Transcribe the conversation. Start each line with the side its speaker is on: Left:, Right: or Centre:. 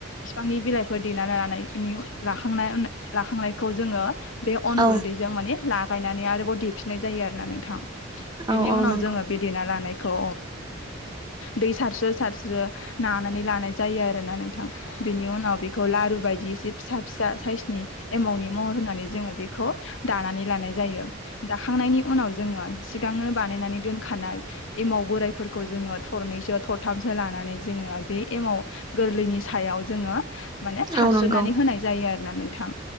Left: बिफांनि बिलाइफोर देनानै लानायनि लाखांनायनि लाखांनायखौ जोङो बे अन
Right: औ
Left: गुन्दैजों माने लागायनानै आरोबाव देफिननाय जायो आरोना नोंथां। बेनि
Right: औ
Left: उनाव
Right: औ नंगौ
Left: जोङो बे देना लानायखौ दै सारस्रो सारस्रो नानानै लानाय जायो आरोना नोंथां। बेनि उनाव बेखौ लारु बायदि एसे फिसा फिसा साइसनि एमावनि महर होनानै जोङो बेखौ दानानै लानाय जायो दाखांनायनि उनाव जोङो सिगांनो बानायनानै दोनखानाय एमाव बोरायफोरखौ जोङो थरनैसो थरथामसो लानानै जोङो बे एमाव गोरलैनि सायाव- जोङो माने सारस्रोननानै
Right: औ नंगौ
Left: होनाय जायो आरो। ना नोंथां